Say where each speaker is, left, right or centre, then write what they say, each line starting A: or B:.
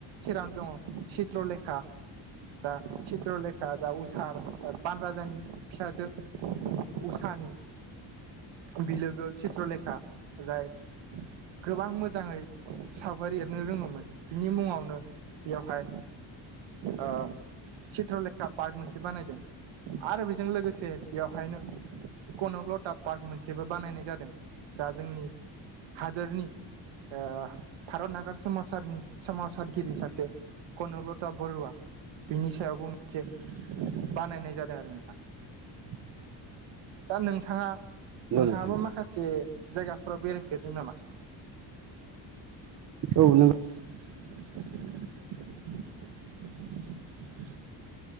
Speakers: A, on the right; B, on the right.
A: सिरावनो दङ चित्रलेखा जा चित्रलेखा जा उसार ओ बान राजानि फिसाजो उसानि बिलोगो चित्रलेखा जाय गोबां मोजाङै सावगारि एर नो रोङोमोन बिनि मुङावनो बेयावहाय ओ चित्रलेखा पार्क मोनसे बानायदों। आरो बेजों लोगोसे बेवहायनो कनक लथा पार्क मोनसेबो बानायनाय जादों। जा जोंनि हादोरनि ओ भारत नागारस सोमावसारनि सोमोमावसारगिरि सासे कनलता बरुवा बिनि सायावबो मोनसे बानायनाय जादों आरो नोंथां।
B: <inaudible>
A: दा नोंथाङा
B: नंगौ
A: नोंथाङाबो
B: नोंथां नंगौ
A: माखासे जायगाफोराव बेरायफेरदों नामा?
B: औ नों
A: <inaudible>